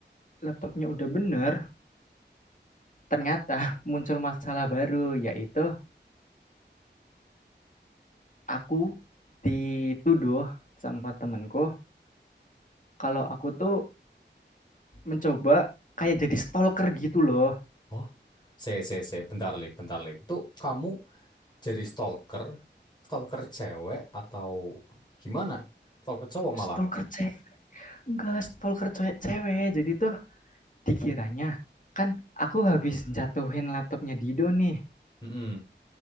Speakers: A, on the left; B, on the left.
A: laptopnya udah bener, ternyata <laughs> muncul masalah baru yaitu aku dituduh sama temanku. kalau aku tuh mencoba kayak jadi stalker gitu loh
B: Oh, saya, saya, saya. Bentar, Lip, bentar, Lip. Itu kamu jadi stalker? Stalker cewek atau gimana? Stalker cowok malah.
A: stalker cewek enggak stalker cewek cewek jadi tuh dikiranya kan aku habis jatuhin laptopnya Dido nih
B: Hmm.